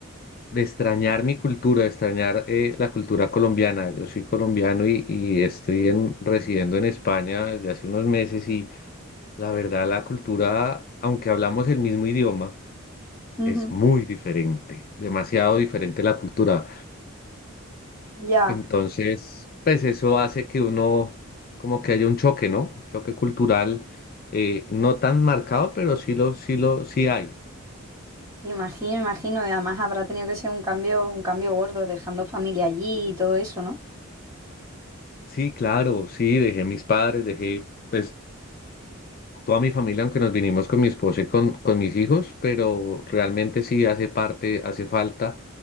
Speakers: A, on the left; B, on the right.
A: de extrañar mi cultura, de extrañar eh, la cultura colombiana. Yo soy colombiano y, y estoy en- residiendo en España desde hace unos meses y la verdad la cultura, aunque hablamos el mismo idioma,
B: Ujú.
A: es muy diferente, demasiado diferente la cultura.
B: Ya,
A: Entonces, pues eso hace que uno, como que haya un choque, ¿no? Un choque cultural, eh, no tan marcado, pero sí lo, sí lo, sí hay.
B: imagino, imagino. y Además habrá tenido que ser un cambio, un cambio gordo, dejando familia allí y todo eso, ¿no?
A: Sí, claro, sí, dejé mis padres, dejé, pues, toda mi familia, aunque nos vinimos con mi esposa y con, con mis hijos, pero realmente sí hace parte, hace falta.